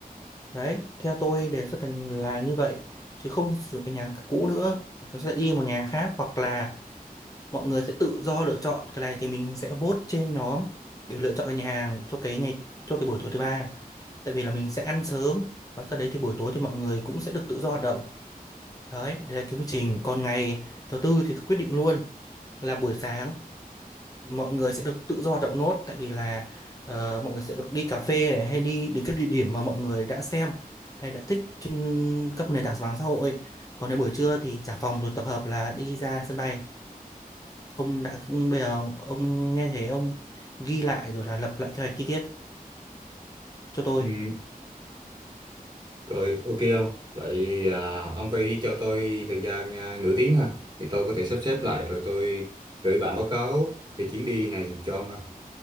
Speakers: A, on the left; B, on the right.
A: Đấy, theo tôi đề xuất là, là như vậy chứ không sử dụng cái nhà hàng cũ nữa. Chúng ta sẽ đi một nhà hàng khác hoặc là mọi người sẽ tự do lựa chọn cái này thì mình sẽ vote trên nhóm để lựa chọn cái nhà hàng cho cái ngày cho cái buổi tối thứ ba tại vì là mình sẽ ăn sớm và sau đấy thì buổi tối thì mọi người cũng sẽ được tự do hoạt động đấy đây là cái quy trình còn ngày thứ tư thì quyết định luôn là buổi sáng mọi người sẽ được tự do hoạt động nốt tại vì là ờ, mọi người sẽ được đi cà phê này hay đi đến các địa điểm mà mọi người đã xem hay đã thích trên các nền tảng mạng xã hội còn đến buổi trưa thì trả phòng rồi tập hợp là đi ra sân bay Ông đã bây giờ ông nghe thấy ông ghi lại rồi là lập lại kế hoạch chi tiết cho tôi.
B: Ừ, rồi ok không? Vậy à, ông phải cho tôi thời gian à, nửa tiếng ha, thì tôi có thể sắp xếp lại rồi tôi gửi bản báo cáo về chuyến đi này cho ông ha.